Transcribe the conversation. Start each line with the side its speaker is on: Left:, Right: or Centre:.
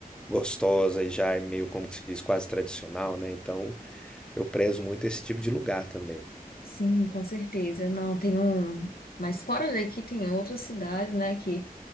Centre: gostosa e já é meio, como que se diz, quase tradicional, né? Então, eu prezo muito esse tipo de lugar também.
Left: Sim, com certeza. Não, tem um. Mas fora daqui tem outras cidades, né, que